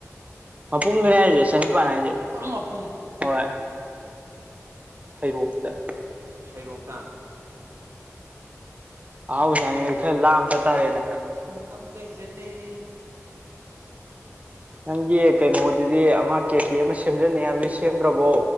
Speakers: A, on the right (about 25°); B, on the right (about 60°).
A: ꯃꯄꯨꯝ ꯃꯤꯔ ꯍꯥꯏꯖꯦ ꯆꯅꯤꯄꯥꯟ
B: ꯄꯨꯔꯥ
A: ꯍꯥꯏꯁꯦ
B: ꯄꯨꯔꯥ ꯃꯄꯨꯝ
A: ꯍꯣꯏ ꯍꯩꯔꯣꯛꯇ
B: ꯁꯩꯔꯣꯛꯇꯥꯟꯅ
A: ꯑꯍꯥꯎꯁꯅꯤ ꯈꯔ ꯂꯥꯛꯑ ꯑꯃ ꯆꯠꯇꯥꯔꯦꯅꯦ
B: ꯀꯃ ꯂꯩꯥꯏꯁꯦ
A: ꯅꯪꯒꯤ ꯀꯩꯅꯣꯗꯗꯤ ꯑꯃ ꯀꯦꯇꯤ ꯑꯃ ꯁꯦꯝꯖꯟꯅꯤ ꯍꯥꯏꯕꯗꯤ ꯁꯦꯝꯗ꯭ꯔꯕꯣ